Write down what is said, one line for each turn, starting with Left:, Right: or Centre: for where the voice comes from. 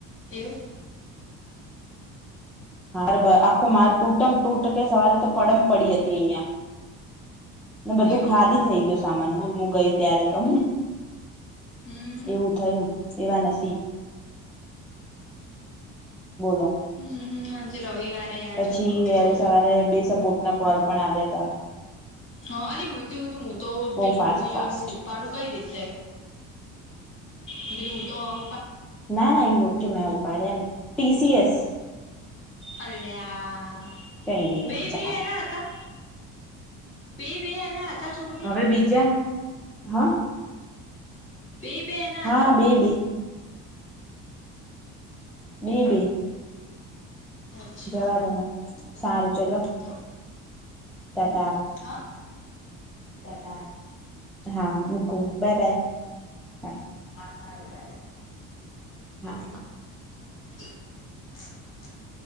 Left: કેવું
Centre: હરે આખું માર તૂટમ તૂટ કે સવારે તો પડમ પડી હતી અહં ને બધું
Left: એવું
Centre: ખાલી થઇ ગયું સામાન બોલ હું ગઈ ત્યારે તો
Left: હમ
Centre: એવું થય એવાનાસીબ બોલો
Left: હમ આજે રવિવારે યાર
Centre: પછીજે
Left: જતો રહ્યો
Centre: સવારે બે સપોર્ટ ના કોલ પણ આવ્યા ત
Left: હા અલી મ હતું હું તો પેલી
Centre: ફાસ્ટ
Left: મવી જોય
Centre: ફાસ્ટ
Left: ઉપાડું કઈ રીતે બડી દૂર તો આવ
Centre: ના ના એ જોકી મેં ઉપાડ્યા ટી સી એસ
Left: અલ્યા
Centre: કઈ નહી
Left: બે
Centre: એમ ચાલ
Left: બે એના હતા બે બે એના હતા છોકરી
Centre: હવે બીજા હા
Left: બેય બે એના
Centre: હા
Left: હતા
Centre: બે બે બે બે
Left: અચ્છા
Centre: જવા દેન સારું ચલો
Left: તો
Centre: ટાટા
Left: હા ટાટા
Centre: હા મૂકું બાય બાય હા
Left: સારુ બાય બાય
Centre: હા
Left: <inaudible>